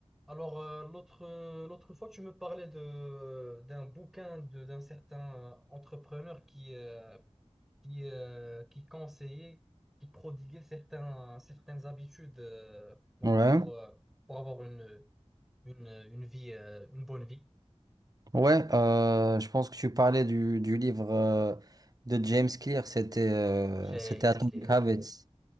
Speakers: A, in the centre; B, on the right (about 35°).
A: Alors, euh, l'autre, euh, l'autre fois, tu me parlais de, d'un bouquin de, d'un certain euh, entrepreneur qui, euh, qui, euh, qui conseillait, qui prodiguait certains, certaines habitudes euh, donc
B: Ouais,
A: pour, euh, pour avoir une, une, une vie, euh, une bonne vie.
B: ouais, euh, je pense que tu parlais du, du livre euh, de James Clear, c'était euh,
A: James
B: c'était Atomic
A: Clear,
B: Habits.